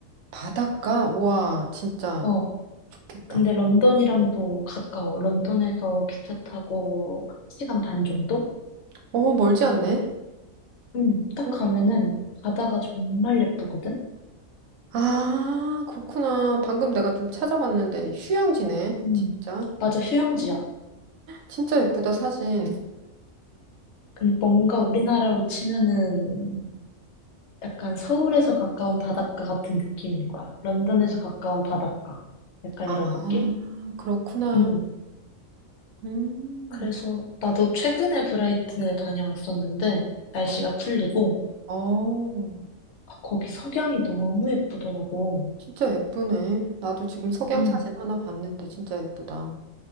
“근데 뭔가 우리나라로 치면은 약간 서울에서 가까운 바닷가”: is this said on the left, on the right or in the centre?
Left